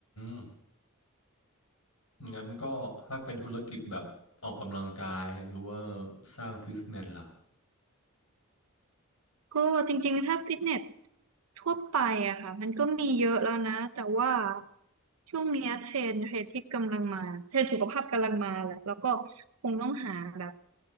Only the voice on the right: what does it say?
ก็จริงๆถ้าฟิตเนสทั่วไปอะค่ะมันก็มีเยอะแล้วนะแต่ว่าช่วงเนี้ยเทรนด์เทรนด์ที่กำลังมาเทรนด์สุขภาพกำลังมาแหละแล้วก็คงต้องหาแบบ